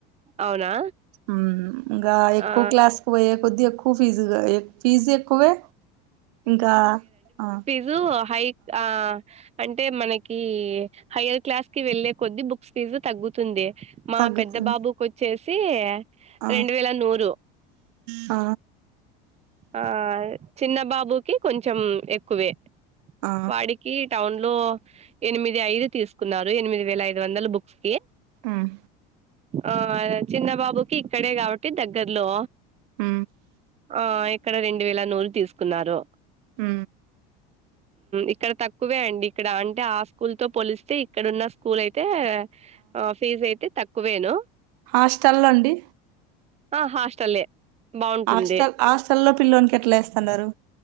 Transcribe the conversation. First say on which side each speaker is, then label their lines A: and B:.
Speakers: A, on the right; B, on the right.
A: అవునా
B: హ్మ్ ఇంగా ఎక్కువ
A: ఆ
B: క్లాస్కీ పోయే కొద్ది ఎక్కు ఎక్కువ ఫీజుగా ఫీజు ఎక్కువే ఇంకా ఆ
A: ఇదు హై ఆ అంటే మనకి హయర్ క్లాస్ కి వెళ్లే కొద్ది బుక్స్ ఫీజు తగ్గుతుంది మా
B: తగ్గుతుంది
A: పెద్ద బాబుకు వచ్చేసి
B: ఆ
A: రెండు వేల నూరు
B: ఆ
A: ఆ చిన్న బాబుకి కొంచెం ఎక్కువే
B: ఆ
A: వాడి కీ టౌన్ లో ఎనిమిది ఐదు తీసుకున్నారు ఎనిమిది వేల ఇదు వందల బుక్స్
B: ఉమ్
A: ఆ చిన్నబాబుకి ఇక్కడే కాబట్టి దగ్గర్లో
B: ఉ
A: ఆ ఇక్కడ రెండు వేల నూరు తీసుకున్నారు
B: హు
A: ఇక్కడ తక్కువే అండి ఇక్కడ అంటే ఆ స్కూల్తో పోలిస్తే ఇక్కడ ఉన్న స్కూల్ అయితే ఆ ఫీజ్ అయితే తక్కువేను
B: హాస్టల్లో అండి
A: ఆ హాస్టలే బావుంటుంది.
B: హాస్టల్ హాస్టల్లో పిల్లోనికి ఎట్లా వేస్తన్నారు